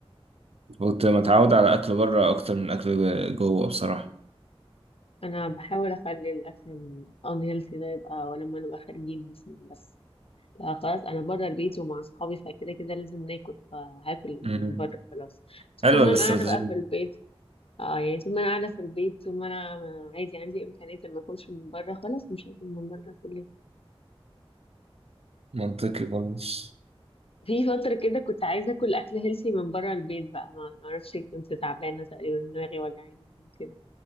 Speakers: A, on the right; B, on the left.
A: كنت متعود على اكل بره اكتر من اكل جوه بصراحه
B: انا بحاول اخلي الاكل الان هيلثي ده يبقى ولما نبقى خارجين مثلا بس لا خلاص انا بره البيت ومع اصحابي فكده كده لازم ناكل فهاكل
A: مم.
B: من بره خلاص بس
A: حلوه
B: طول ما
A: الاستراتيجيه
B: انا قاعده بقى في البيت اه يعني طول ما انا قاعده في البيت طول ما انا عادي عندي امكانيه إن ما اكلش من بره خلاص مش هاكل من بره كل
A: منطقي خالص
B: في فتره كده كنت عايزه اكل اكل هيلثي من بره البيت بقى ما ما اعرفش كنت تعبانه تقريبا دماغي وجعاني حاجة كده